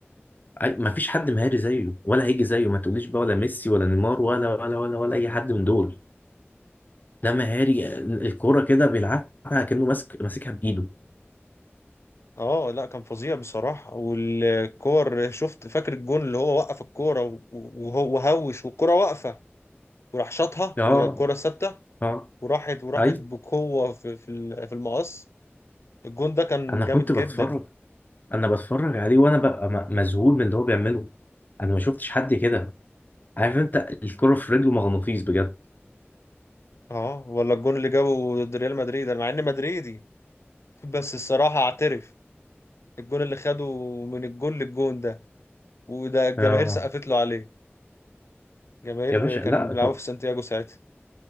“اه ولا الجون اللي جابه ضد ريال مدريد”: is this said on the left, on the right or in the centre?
Left